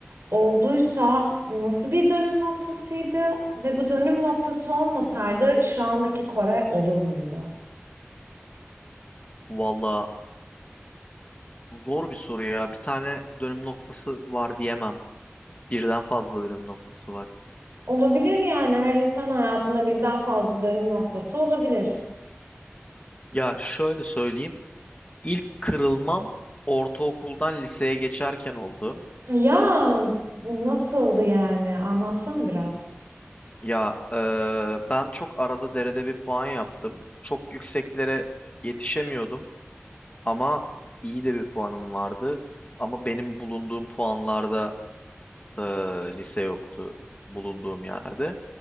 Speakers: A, on the right (about 65°); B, on the left (about 30°).
A: Olduysa nasıl bir dönüm noktasıydı? Ve bu dönüm noktası olmasaydı şu andaki Koray olur muydu?
B: Valla zor bir soru ya. Bir tane dönüm noktası var diyemem. Birden fazla dönüm noktası var.
A: Olabilir yani her insan hayatında birden fazla dönüm noktası olabilir.
B: Ya şöyle söyleyeyim. İlk kırılmam ortaokuldan liseye geçerken oldu.
A: Ya nasıldı yani? Anlatsana biraz.
B: Ya e, ben çok arada derede bir puan yaptım. Çok yükseklere yetişemiyordum ama iyi de bir puanım vardı. Ama benim bulunduğum puanlarda e, lise yoktu bulunduğum yerde.